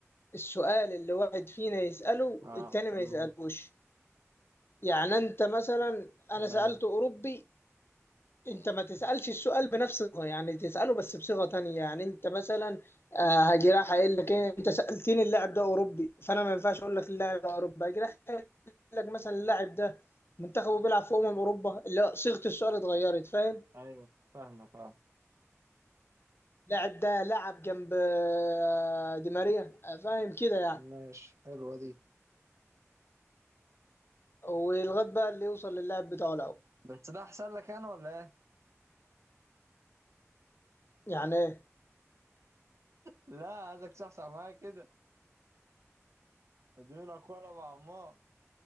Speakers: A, on the left (about 50°); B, on the right (about 65°).
A: السؤال اللي واحد فينا يسأله
B: اه
A: التاني
B: تمام
A: ما يسألوش يعني انت مثلا انا
B: تمام
A: سألت اوروبي انت ما تسألش السؤال بنفس الصيغة يعني تسأله بس بصيغة تانية يعني انت مثلا آه، هاجي راح قايل لك ايه انت سألتني اللاعب ده اوروبي فانا ما ينفعش اقول لك اللاعب ده اوروبي هاجي راح قايل لك مثلا اللاعب ده منتخبه بيلعب في امم اوروبا لا صيغة السؤال اتغيرت فاهم
B: أيوة فاهمك أه
A: اللاعب ده لعب جنب آه، دي ماريا آه، فاهم كده يعني
B: ماشي حلوة دي
A: ولغايه بقى اللي يوصل للاعب بتاعه الاول
B: بس ده أحسن لك أنا ولا إيه؟
A: يعني ايه
B: لا عايزك تصحصح معايا كده اديني أقوى أنا بعمار